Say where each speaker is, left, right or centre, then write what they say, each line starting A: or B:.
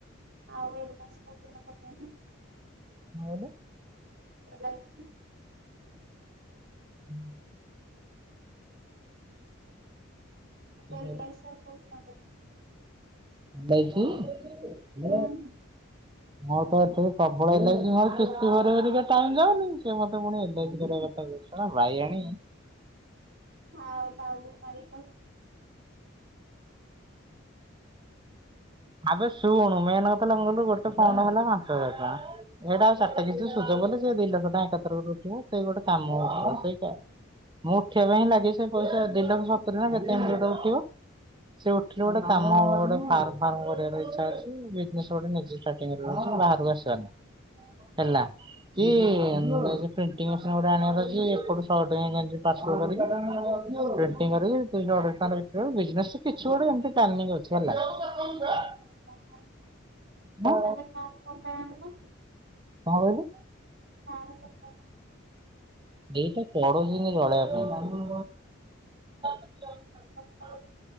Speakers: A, on the right; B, on the right.
A: ଆଉ ଏଇ ନେକ୍ସଟ ପ୍ରୋଗ୍ରାମ ଟା କହୁନ
B: କଣ କହିଲ?
A: <unintelligible>
B: ହୁଁ।
A: <unintelligible>
B: କଣ ବାଇକି <unintelligible>
A: ହୁଁ
B: ମୋର ତ ଏଠି ପ୍ରବଳ ହେଲାଣି ଯେ ମୋର କିସ୍ତି ଭରି ଭରି ବା ଟାଇମ ଯାଉନି ସେ ମତେ ପୁଣି ଏ ଲା ଇସି କରିବା କଥା କହୁଚି ଶଳା ବାଇଆଣି।
A: ହଉ ତାହାଲେ <unintelligible>
B: ଆବେ ଶୁଣୁ ମେନ କଥା ହେଲା ମୋର ଗୋଟେ ଫଣ୍ଡ ହେଲା ପାଞ୍ଚ ହଜାର ଟଙ୍କା ଏଇଟା ଆଉ ସାତ କିସ୍ତି ସୂଜା ପଡିଲେ ସେ ଦି ଲକ୍ଷ ଟଙ୍କା ଏକାଥର ଗୋଟେ ଉଠିବ ସେଇ ଗୋଟେ କାମ ହବ ସେଇଟା ମୁଁ ଉଠିବା ପାଇଁ ହିଁ ଲାଗେ ସେଇ ପଇସା ଦି ଲକ୍ଷ ସତୁରି ନା କେତେ ଏମତୀ ଗୋଟେ ଉଠିବ। ସେ ଉଠିଲେ ଗୋଟେ କାମ ହବ। ଫାର୍ମ ଫାର୍ମ କରିବାର ଇଚ୍ଛା ଅଛି ବିଜନେସ ଗୋଟେ ନିଜେ ଷ୍ଟାର୍ଟିଂ କରିବାର ଅଛି ବାହାରକୁ ଆସିବାର ନାହିଁ ହେଲା କି-କି-କି ଏ ଯଉ ପ୍ରିଣ୍ଟିଙ୍ଗ ମେସିନ ଗୋଟେ ଆଣିବାର ଅଛି ଏପଟୁ ଶହେ ଟଙ୍କିଆ କେମିତି ପାର୍ଶଲ କରିକି ପ୍ରିଣ୍ଟିଙ୍ଗ କରିକି ଦୁଇଶ ଅଢେଇଶ ଟଙ୍କା ରେ ବିକ୍ରି ହେବ ବିକ୍ରି ହେବ ବିଜନେସ କିଛି ଗୋଟେ ଏମିତି ପ୍ଲାନିଙ୍ଗ ଅଛି ହେଲା। <unintelligible>
A: ଓହୋ।
B: ହଁ
A: ଆଉ ତାହଲେ କାର କଣ ପାଇଁ ଆଣିଲ?
B: କଣ କହିଲୁ?
A: କାର କଥା।
B: ଏଇଟା ପଡୋଶୀଙ୍କି ଜଳେଇବା ପାଇଁ। <inaudible>
A: ପାଇଁ